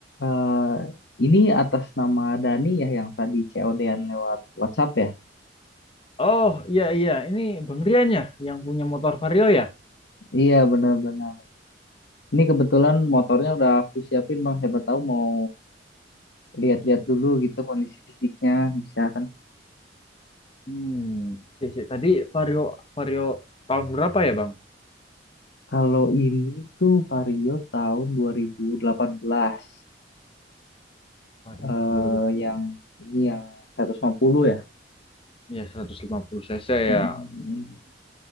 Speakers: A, on the left (about 65°); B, on the left (about 30°).
A: Eh, ini atas nama Dani ya yang tadi COD-an lewat WhatsApp ya?
B: Oh iya iya ini Bang Rian ya yang punya motor Vario ya.
A: Iya benar-benar. Ini kebetulan motornya udah aku siapin Bang. Siapa tahu mau lihat-lihat dulu gitu kondisi fisiknya bisa kan.
B: Hmm, sih, sih. Tadi Vario Vario tahun berapa ya Bang?
A: Kalau ini tuh Vario tahun 2018.
B: Vario
A: Eh
B: dua ribu
A: yang ini yang 150 ya.
B: ya 150 cc
A: Mm, mm,
B: ya. Hmm,
A: mm.